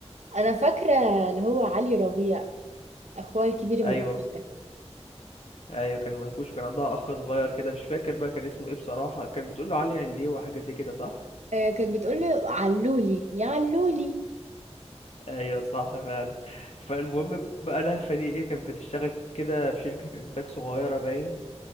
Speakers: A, on the right; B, on the left.
A: انا فاكرة اللي هو علي ربيع اخويا الكبير المنكوش
B: ايوه
A: ده
B: ايوه كان منكوش وكان عندها اخ صغير كده مش فاكر بقى كان اسمه ايه بصراحة كان بتقول له علي عليه وحاجة زي كده صح
A: آه، كانت بتقول له علولي يا علولي
B: ايوه صح فعلا فالمهم بقى لهفه دي ايه كانت بتشتغل كده في شركه انتاج صغيره باين